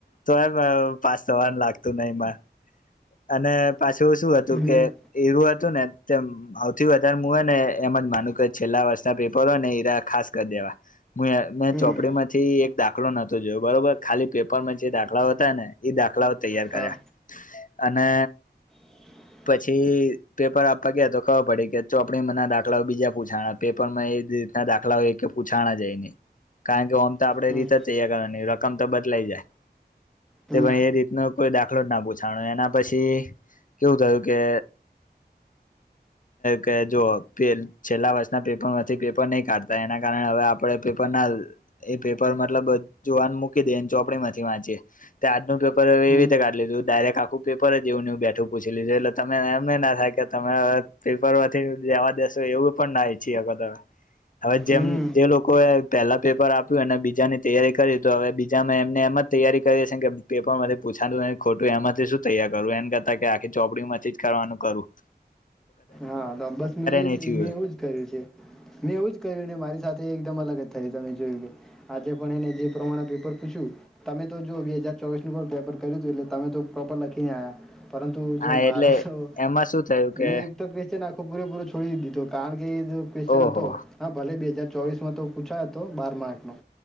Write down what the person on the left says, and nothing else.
તો એ. પાસ થવાનું લાગતું નઈ મારુ, અને પાછું શું હતું કે
એવું હતું ને તેમ. આવથી વધારે મુું હોય ને, એમ જ માનું કે છેલ્લા વર્ષના પેપર હોય ને, ઈરા ખાસ કરી દેવા. હું ને
ચોપડી માંથી. થી એક દાખલો નતો જોયો, બરોબર? ખાલી પેપરમાં જે દાખલાઓ હતા ને, એ દાખલાઓ તૈયાર
કર્યા. અને.
પછી પેપર આપવા ગયા તો ખબર પડી કે ચોપડી માના દાખલાઓ બીજા પૂછાના પેપર માં એ દાખલા એ કે પૂછાણા જાયને, કારણ કે આપણે
રીતે જ તૈયાર કરવાની, રકમ તો બદલાઈ જાય.
તે ભાઈ, એ રીતનો કોઈ દાખલો જ ના પૂછાનો. એના પછી કેવું થયું કે કે જુઓ, છેલ્લા વર્ષના પેપરમાંથી પેપર નહીં કાઢતા, એના કારણે હવે આપણે પેપરના એ પેપર મતલબ જોવાનું મૂકી દેને ચોપડીમાંથી વાંચીએ તે આજનું પેપર એવી
રીતે કાઢી લીધું કે ડાયરેક્ટ આખું પેપર એવું ને એવું બેઠું પૂછી લીધું તમે એમ ના થાય કે, તમે હવે પેપર પતિને જેવા દસો, એવું પણ ના ઈચ્છી હવે, જેમ
જે લોકો એ પહેલા પેપર આપ્યું અને બીજાની તૈયારી કરી, તો હવે બીજામાં એમને એમ જ તૈયારી કરી છે કે પેપર માંથી પૂછાનું નથી, ખોટું એમાંથી શું તૈયાર કરવું? એને કરતા કે આખી ચોપડી માંથી જ કરવાનું કરું.
નહી થયું
હોય
હા
એટલે
એમાં શું થયું
કે
ઓહો